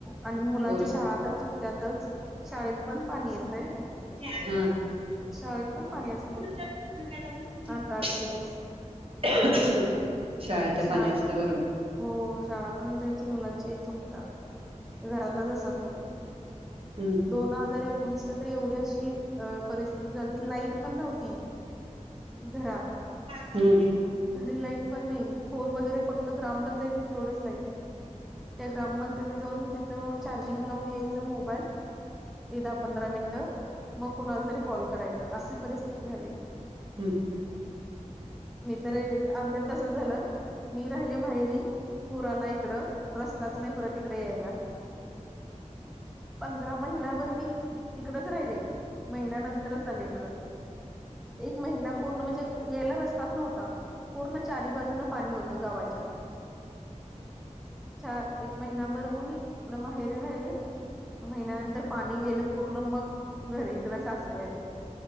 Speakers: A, in the centre; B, on the right.
A: आणि मुलांच्या
B: ओली
A: शाळा तर चुकत्यातच शाळेत पण पाणी येतय
B: <inaudible>
A: शाळेत पण पाणी असते
B: <inaudible>
A: आठ आठ दिवस
B: शाळेत ते
A: शा
B: पाणी
A: हो
B: असतं बरोबर
A: शाळा पण त्यांच्या मुलांची चुकता. घरातच असात मुले
B: हम्म
A: दोन हजार एकोणीसला तरी एवढी अशी परिस् लाईट पण नव्हती घरात.
B: हम्म
A: घरी लाईट पण नाही फोन वगैरे फक्त ग्रामपंचायतीत तेवढंच लाईट. त्या ग्रामपंचायती जाऊन तिथं चार्जिंग लावून यायचं. दहा-पंधरा मिनिटं मग कोणाला तरी कॉल करायच अशी परिस्थिती झालेली.
B: हम्म
A: मी तर आमच्यात तसच झालं मी राहिले माहेरी पुराला इकडं. रस्ताच नाही परत इकडे यायला पंधरा महिनाभर मी तिकडच राहि रे महिन्यानंतरच आले इकडं. एक महिना पूर्ण म्हणजे येला रस्त व्ह पूर्ण चारी बाजून पाणी होत गावाच्या एक महिना्याभर मम्मी तिकडं माहेरी राहिले. म महिन्यानंतर पाणी गेलं पूर्ण मग घरी इकड सासरी आली.